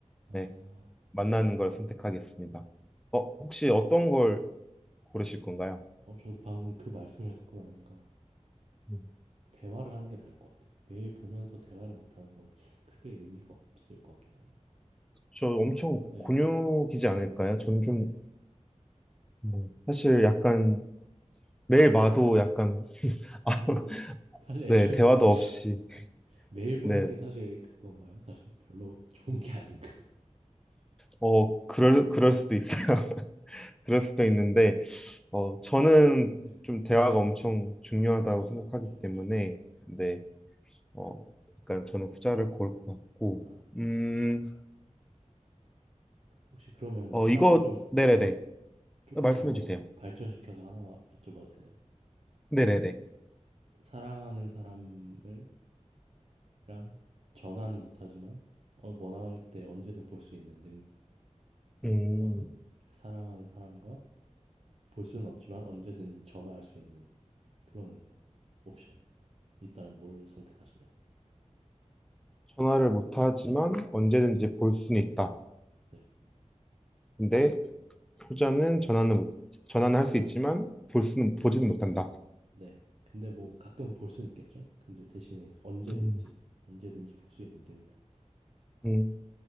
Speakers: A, on the right; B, in the centre.
A: 아.
B: 네, 만나는 걸 선택하겠습니다. 어, 혹시 어떤 걸 고르실 건가요?
A: 어 저도 방금 그 말씀을 듣고 나니까
B: 음.
A: 대화를 하는 게 나을 것 같아요. 매일 보면서 대화를 못 하는 건 크게 의미가 없을 것 같긴 하네요.
B: 저 엄청
A: 네
B: 곤욕이지 않을까요? 저는 좀
A: 네.
B: 뭐, 사실 약간 매일 마도 약간 <laughs> 아,
A: 그죠. 사실 애초에
B: 네, 대화도
A: <laughs>
B: 없이.
A: 네. 매일 보는
B: 네.
A: 게 사실 그건가요? 사실 별로 좋은 게 아닌가요?
B: 어, 그럴 그럴 수도 있어요. <laughs> 그럴 수도 있는데 어, 저는
A: 네.
B: 좀 대화가 엄청 중요하다고
A: 아
B: 생각하기
A: 그죠, 그죠.
B: 때문에 네. 어, 약간 저는 후자를 고를 것 같고.
A: 아 네.
B: 음.
A: 혹시 그러면은
B: 어,
A: 하나
B: 이거
A: 좀
B: 네네네.
A: 네 아 네. 조금
B: 말씀해
A: 더
B: 주세요.
A: 발전시켜서 하나 여쭤봐도 되나요?
B: 네네네.
A: 사랑하는 사람을 랑 전화는 못하지만 어, 원할 때 언제든 볼 수 있는
B: 음.
A: 능력하고 사랑하는 사람과 볼 수는 없지만 언제든 전화할 수 있는 그런 옵션 있다면 뭘 선택하시나요?
B: 전화를 못 하지만 언제든지 볼 수는 있다.
A: 네,
B: 근데 후자는 전화는 못- 전화는 할 수 있지만 볼 수는 보지는 못한다.
A: 네. 근데 뭐 가끔 볼 수는 있겠죠. 근데 대신에 언제든지
B: 음.
A: 언제든지 볼 수 있는 능력,
B: 음.